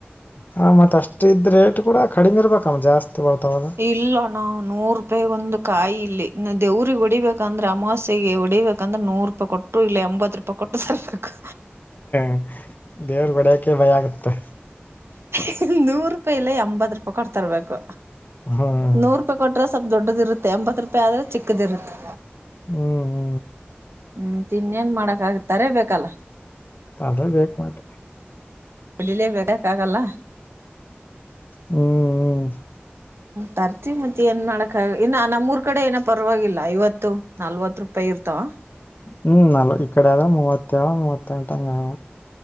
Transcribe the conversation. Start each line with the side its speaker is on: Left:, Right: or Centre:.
Left: ಹಾ ಮತ್ತ ಅಷ್ಟ ಇದ್ರೇಟ್ ಕೂಡ ಕಡಿಮೆ ಇರ್ಬೇಕಮ್ಮ ಜಾಸ್ತಿ ಬರ್ತಾವಲ್ಲ
Right: -ಇಲ್ಲ ಅಣ್ಣ ನೂರು ರೂಪಾಯಿಗ ಒಂದು ಕಾಯಿ ಇಲ್ಲಿ ಇನ್ನ ದೇವ್ರಿಗೆ ಹೊಡಿಬೇಕ ಅಂದ್ರ ಅಮಾಸೆಗೆ ಹೊಡಿಬೇಕಂದ್ರ ನೂರು ರೂಪಾಯಿ ಕೊಟ್ಟು ಇಲ್ಲ ಎಂಬತ್ತ ರೂಪಾಯಿ ಕೊಟ್ಟು ತರ್ಬೇಕು
Left: <unintelligible> ದೇವರ ಗೆ ಹೊಡಿಯೋಕೆ ಭಯ ಆಗುತ್ತೆ
Right: <unintelligible> ನೂರು ರೂಪಾಯಿಲ್ಲ ಎಂಬತ್ತರೂಪಾಯಿ ಕೊಟ್ಟ ತರಬೇಕು
Left: ಹ್ಮ್
Right: ನೂರು ರೂಪಾಯಿ ಕೊಟ್ರ ಸ್ವಲ್ಪ ದೊಡ್ಡದ ಇರುತ್ತೆ ಎಂಬತ್ತ ರೂಪಾಯಿ ಆದ್ರೆ ಚಿಕ್ಕದ ಇರುತ್ತೆ
Left: ಹು ಹು
Right: ಹು ಇನ್ನೇನ್ ಮಾಡಕ್ ಆಗತ ತರಬೇಕಲ್ಲ
Left: ತರ್ಲೆಬೇಕು ಮತ್ತ
Right: ಉಡಿಲೇ ಬರಕ್ಕಾಗಲ್ಲ
Left: ಹು ಹು
Right: ತರ್ತಿನಿ ಮತ್ತ ಏನ್ ಮಾಡಕ ಆಗಲ್ಲ ಇನ್ನು ನಮ್ಮೂರ್ ಕಡೆ ಏನೋ ಪರವಾಗಿಲ್ಲ ಐವತ್ತು ನಲ್ವತ್ತು ರೂಪಾಯಿ ಇರ್ತಾವ
Left: ಹು ನಲ್ ಇಕ್ಕಡೆ ಎಲ್ಲಾ ಮೂವತ್ತೇಳು ಮೂವತ್ತೆಂಟ ಅವ